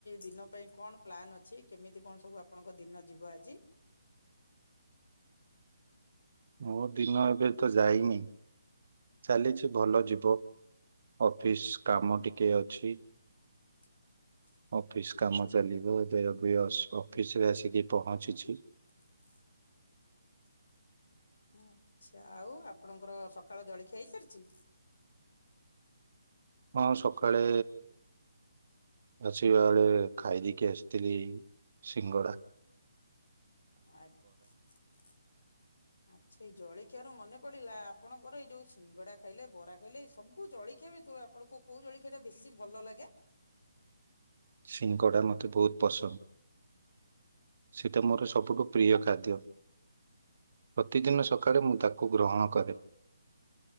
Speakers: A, on the left; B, on the right.
A: ଦିନ ପାଇଁ କଣ ପ୍ଲାନ୍ ଅଛି କେମିତି କଣ ସବୁ ଆପଣଙ୍କ ଦିନ ଯିବ ଆଜି।
B: ମୋ ଦିନ ଏବେ ତ ଯାଇନି ଚାଲିଛି ଭଲ ଯିବ। ଅଫିସ୍ କାମ ଟିକେ ଅଛି।
A: <inaudible>
B: ଅଫିସ କାମ ଚାଲିବ ଏବେ ବି ଅଫିସ ରେ ଆସିକି ପହଞ୍ଚିଛି।
A: <inaudible> ଆଚ୍ଛା ଆଉ ଆପଣଙ୍କର ସକାଳ ଜଳଖିଆ ହେଇସାରିଛି?
B: ହଁ, ସକାଳେ। ଆସିବା ବେଳେ ଖାଇଦେଇକି ଆସିଥିଲି ସିଙ୍ଗଡା।
A: ଆଚ୍ଛା ଏଇ ଜଳ ଖିଆରୁ ମନେ ପଡ଼ିଲା! ଆପଣଙ୍କର ଏଇଯୋଉ ସିଙ୍ଗଡ଼ା ଖାଇଲେ, ବରା ଖାଇଲେ ଏ ସବୁ ଜଳଖିଆ ଭିତରୁ ଆପଣଙ୍କୁ କୋଉ ଜଳ ଜଳଖିଆଟା ବେଶୀ ଭଲ ଲାଗେ?
B: ସିଙ୍ଗଡା ମୋତେ ବହୁତ ପସନ୍ଦ। ସେଟା ମୋର ସବୁଠୁ ପ୍ରିୟ ଖାଦ୍ୟ। ପ୍ରତିଦିନ ସକାଳେ ମୁଁ ତାକୁ ଗ୍ରହଣ କରେ।